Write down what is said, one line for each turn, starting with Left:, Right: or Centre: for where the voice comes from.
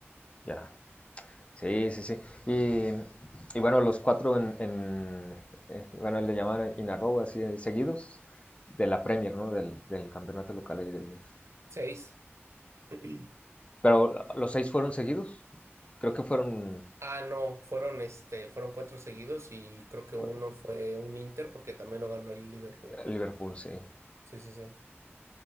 Left: Ya, sí, sí, sí. Y, y bueno, los cuatro en, en eh, bueno, le llaman in a row, así, eh, seguidos, de la Premier, ¿no? Del, del campeonato local ahí de ellos.
Right: Seis. <clears throat>
Left: Pero los seis fueron seguidos, creo que fueron
Right: Ah, no, fueron este, fueron cuatro seguidos y creo que
Left: cu-
Right: uno fue un Inter porque también lo ganó el Liverpool.
Left: Liverpool, sí.
Right: Sí, sí, sí.